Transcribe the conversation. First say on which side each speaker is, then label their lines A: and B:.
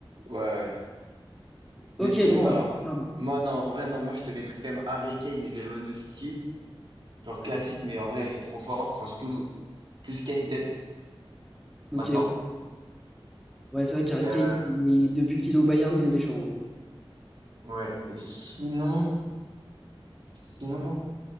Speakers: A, on the right; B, in the centre.
A: Ouais, ouais.
B: Ok,
A: Mais sinon,
B: donc. Marc-
A: alors,
B: Ok,
A: moi, non, en vrai, non, moi, je te mettrais quand même Harry Kane et Lewandowski. Genre classique,
B: ouais.
A: mais en vrai, ils sont trop forts. Enfin, surtout, plus Kane tête
B: Ok,
A: maintenant.
B: Ouais, c'est vrai qu'Harry
A: Euh,
B: Kane, il est- depuis qu'il est au Bayern, il est méchant. hein.
A: ouais. Et sinon, sinon,